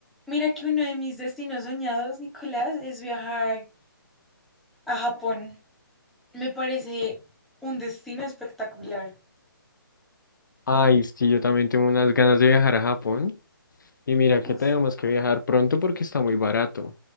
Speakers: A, in the centre; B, on the left.
A: Mira que uno de mis destinos soñados, Nicolás, es viajar a Japón. Me parece un destino espectacular.
B: Ay, sí, yo también tengo unas ganas de viajar a Japón. Y mira que
A: Uf,
B: tenemos que viajar pronto porque está muy barato.